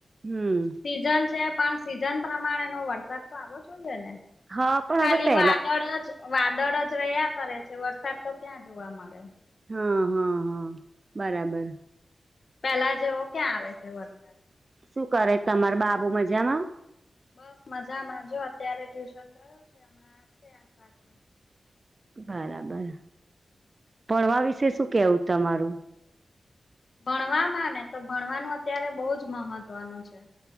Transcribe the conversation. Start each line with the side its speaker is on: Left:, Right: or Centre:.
Right: હમ
Left: સીઝન છે. પણ સીઝન પ્રમાણે નો વરસાદ તો આવો જોઈએ ને
Right: હા પણ
Left: ખાલી
Right: હવે પેલા
Left: વાદળ જ વાદળ જ રહ્યા કરે છે, વરસાદ તો ક્યાં જોવા મળે.
Right: હા હા હા બરાબર
Left: પેલા જેવો ક્યાં આવે છે વરસાદ
Right: શું કરે તમારૂ બાબુ મજામાં
Left: બસ મજામાં જો અત્યારે ટ્યુશન ગયો છે હમણાં આવશે આઠ વાગે
Right: બરાબર ભણવા વિશે શું કેવું તમારું.
Left: ભણવામાં ને તો ભણવાનું અત્યારે બહુ જ મહત્વનું છે